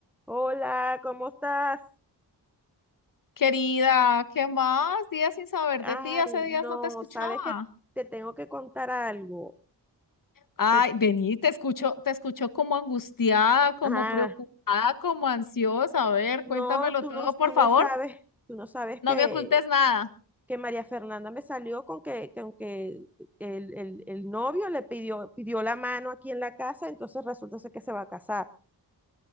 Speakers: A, in the centre; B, on the left.
A: Hola, ¿cómo estás?
B: Querida, ¿qué más? Días sin saber
A: Ay,
B: de ti, hace días
A: no,
B: no te escuchaba.
A: sabes que te tengo que contar algo.
B: Ay,
A: Que,
B: vení, te escucho, te escucho como angustiada, como
A: ah,
B: preocupada, como ansiosa. A ver,
A: no,
B: cuéntamelo
A: tú
B: todo,
A: no,
B: por
A: tú no
B: favor.
A: sabes, tú no sabes
B: No
A: que,
B: me ocultes nada.
A: que María Fernanda me salió con que, que, aunque el, el- el novio le pidió, pidió la mano aquí en la casa, entonces resulta ser que se va a casar.